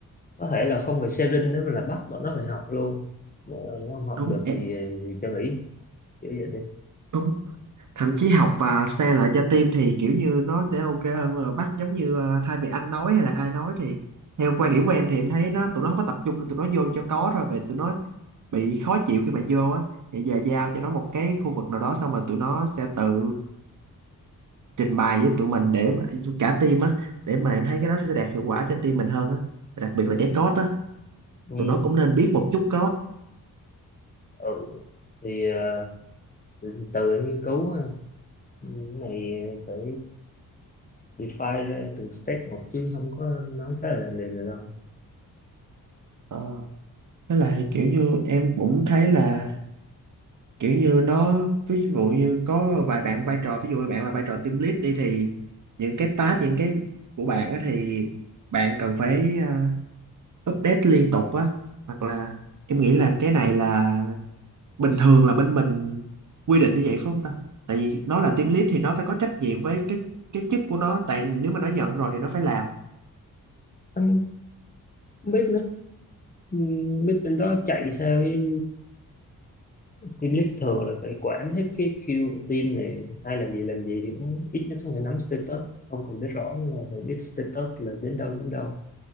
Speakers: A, on the left (about 25°); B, on the right (about 55°).
A: có thể là không phải sharing nữa mà là bắt bọn nó phải học luôn mà nó không học
B: đúng
A: được
B: ẹ,
A: thì, thì cho nghỉ kiểu vậy đi
B: đúng thậm chí học và share lại cho team thì kiểu như nó sẽ ok hơn mà bắt giống như ờ, thay vì anh nói hay là ai nói thì theo quan điểm của em thì em thấy nó tụi nó không có tập trung tụi nó vô cho có thôi về tụi nó bị khó chịu khi mà vô á thì giờ giao cho nó một cái khu vực nào đó xong rồi tụi nó sẽ tự trình bày với tụi mình để mà cả team á để mà em thấy cái đó sẽ đạt hiệu quả cho team mình hơn á đặc biệt là cái code á
A: ừ,
B: tụi nó cũng nên biết một chút code
A: ừ. thì ờ, từ từ anh nghiên cứu ha Ừ, cái này phải define ra từng step một chứ không có nói cái là liền được đâu
B: Ờ, với lại kiểu như em cũng thấy là kiểu như nó ví dụ như có vài bạn vai trò ví dụ bạn là vai trò team lead đi thì những cái task những cái của bạn á thì bạn cần phải à, update liên tục á hoặc là em nghĩ là cái này là bình thường là bên mình quy định như vậy phải không ta tại vì nó là team lead thì nó phải có trách nhiệm với cái cái chức của nó tại nếu mà nó nhận rồi thì nó phải làm
A: anh không biết nữa Ừ, không biết bên đó chạy sao với team lead thường là phải quản hết cái queue của team này ai làm gì làm gì thì cũng ít nhất cũng phải nắm status không cần biết rõ nhưng mà phải biết status là đến đâu đến đâu